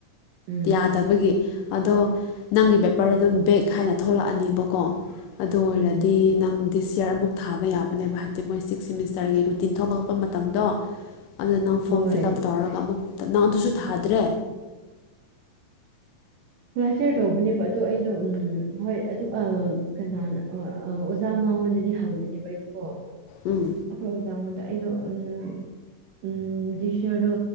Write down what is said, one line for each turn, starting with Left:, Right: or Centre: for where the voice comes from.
Right: ꯎꯝ
Left: ꯌꯥꯗ ꯇꯒꯤ ꯑꯗꯣ ꯅꯪꯒꯤ ꯄꯦꯄꯔ ꯑꯗꯨꯝ ꯕꯦꯛ ꯍꯥꯏꯅ ꯊꯣꯛꯂꯛꯑꯅꯦꯕꯀꯣ ꯑꯗꯨ ꯑꯣꯏꯔꯗꯤ
Right: ꯎꯝ
Left: ꯅꯪ ꯗꯤꯁ ꯌꯔ ꯑꯃꯨꯛ ꯊꯥꯕ ꯌꯥꯕꯅꯦꯕ ꯍꯥꯏꯕꯗꯤ ꯃꯣꯏ ꯁꯤꯛꯁ ꯁꯦꯝꯃꯤꯁꯇꯔꯒꯤ ꯇꯤꯟꯊꯣꯛꯂꯛꯄ ꯃꯇꯝꯗꯣ ꯑꯗꯨ ꯅꯪ ꯐꯣꯔꯝ
Right: ꯍꯣꯏ
Left: ꯐꯤꯜ ꯎꯞ ꯇꯧꯔꯒ ꯑꯃꯨꯛ ꯅꯪ ꯑꯗꯨꯁꯨ ꯊꯥꯗ꯭ꯔꯦ
Right: ꯂꯥꯁꯌꯔ ꯇꯧꯕꯅꯦꯕ ꯑꯗꯣ ꯑꯩꯗꯣ ꯎꯝ ꯍꯣꯏ ꯑꯗꯨ ꯑꯥ ꯀꯅꯥꯅ ꯑꯥ ꯑꯥ ꯑꯣꯖꯥ ꯃꯉꯣꯟꯗꯗꯤ ꯍꯪꯕꯅꯦꯕ ꯑꯩꯗꯨꯀꯣ
Left: ꯎꯝ
Right: ꯑꯩꯈꯣꯏ ꯑꯣꯖꯥꯉꯣꯟꯗ ꯑꯩꯗꯣ ꯎꯝ ꯎꯝ ꯗꯤꯁ ꯏꯌꯔꯗꯣ